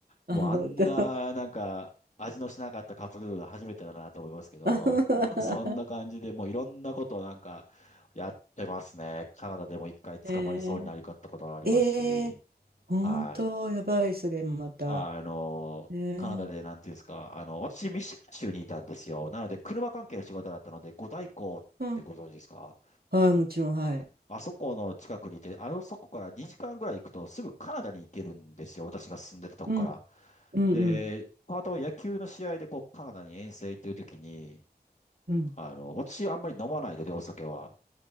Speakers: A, on the right (about 65°); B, on the left (about 45°).
A: あ、
B: もうあんな、
A: 本当。
B: なんか、味のしなかったカップヌードルが初めてだなと思いますけども、
A: <laughs>
B: <laughs> もうそんな感じでもういろんなことをなんかやってますね。カナダでも一回捕まりそうになりかったことがありますし、
A: えー、えー、本当、
B: はい。
A: やばい、それまた。
B: あの、
A: えー、
B: カナダでなんていうんですか、あの、私ミシガン州にいたんですよ。なので車関係の仕事だったので、五大湖ってご存知ですか
A: うん。はい、もちろん、はい。
B: あそこの近くにいて、あのそこから2時間ぐらい行くとすぐカナダに行けるんですよ。私が住んでたとこから。
A: うんうんうん
B: で、パートは野球の試合でこうカナダに遠征行ってる時に、
A: うん
B: あの、私あんまり飲まないので、お酒は。